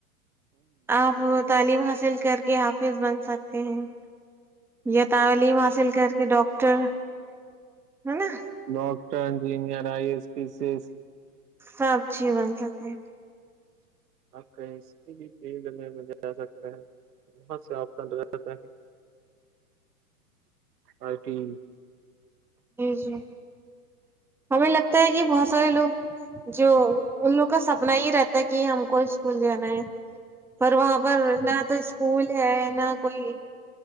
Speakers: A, in the centre; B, on the right.
A: آپ تعلیم حاصل کر کے حافظ بن سکتے <inaudible> یہ تعلیم حاصل کر کے ڈاکٹر تو ہے نا
B: doctor engineer I S P سس
A: سب چیز بن سکے ہیں
B: اک ج فیلڈ میں جا سکتا ہے بہت سے آپطن رہتا ہے آئی ٹی
A: جی جی ہمیں لگتا ہے کہ بہت سارےوگ جو <inaudible> ان لوگ کا سپنا یہ رہتا ہے کہ ہم کو اسکول جانا ہے پر وہاں پر نہ تو اسکول نہ کوئی